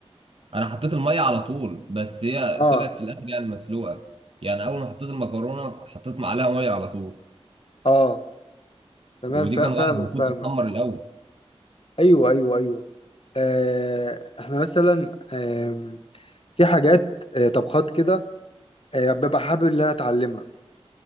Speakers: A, on the right; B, on the left.
A: أنا حطيت المية على طول بس هي
B: اه
A: طلعت في الآخر يعني مسلوقة يعني أول ما حطيت المكرونة حطيت معلقة مية على طول
B: اه تمام
A: ودي
B: فا-
A: كان
B: فاهمك
A: غلط المفروض
B: فاهمك
A: تتحمر الأول
B: ايوه ايوه ايوه آه احنا مثلا آمم، في حاجات آه، طبخات كده آه، ببقى حابب ان انا اتعلمها